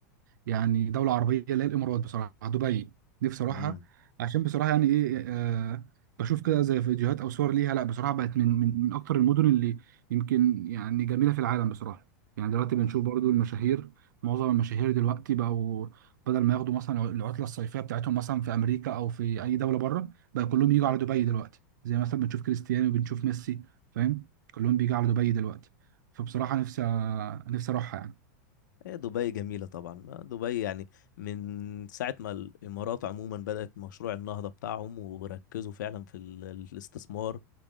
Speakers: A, on the right (about 80°); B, on the left (about 80°).
A: يعني دوله عربيه اللي هي الامارات بصراحه دبي نفسي اروحها
B: امم
A: عشان بصراحه يعني ايه آه بشوف كده زي فيديوهات او صور ليها لا بصراحه بقت من من من اكتر المدن اللي يمكن يعني جميله في العالم بصراحه يعني دلوقتي بنشوف برضو المشاهير معظم المشاهير دلوقتي بقوا بدل ما ياخدوا مثلا العطله الصيفيه بتاعتهم مثلا في امريكا او في اي دوله بره بقى كلهم يجوا على دبي دلوقتي زي مثلا بنشوف كريستيانو بنشوف ميسي فاهم كلهم بيجوا على دبي دلوقتي فبصراحة نفسي نفسي أروحها يعني
B: هي دبي جميله طبعا آه، دبي يعني من ساعه ما الامارات عموما بدات مشروع النهضه بتاعهم وركزوا فعلا في ال- الاستثمار